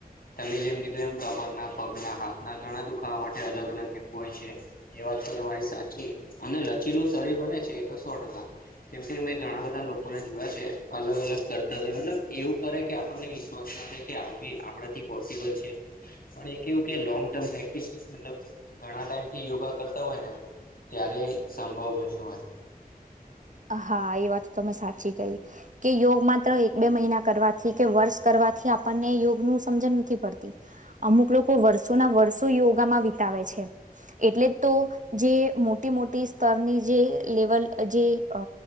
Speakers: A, on the left; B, on the right.
A: તમે જેમ કીધું એમ કપડના પગના હાથના ઘણા દુખાવા માટે અલગ અલગ એવું હોય છે. એ વાત તો તમારી સાચી અને લચીલું શરીર બને છે એ તો સો ટકા કેમ કે મે ઘણા બધા લોકોને જોયા છે અલગ અલગ કર્તવ્ય મતલબ એવું કરે કે આપણને વિ્વાસ ના થાય કે આવી આપડા થી પોસિબલ છે. પણ એ કેવું કે લોંગ ટર્મ પ્રેક્ટિસ મલબ ઘણા ટાઈમ થી યોગા કરતા હોય ને ત્યારે સંભવ બન્યું હોય.
B: હા એ વાત તમે સાચી કહી કે યોગ માત્ર એક બે મહિના કરવાથી કે વર્ષ કરવાથી આપણને યોગ નું સમજણ નથી પડતી. અમુક લોકો વર્ષોના વર્ષો યોગામાં વિતાવે છે. એટલે તો જે મોટી મોટી સ્તરની જે લેવલ જે. અ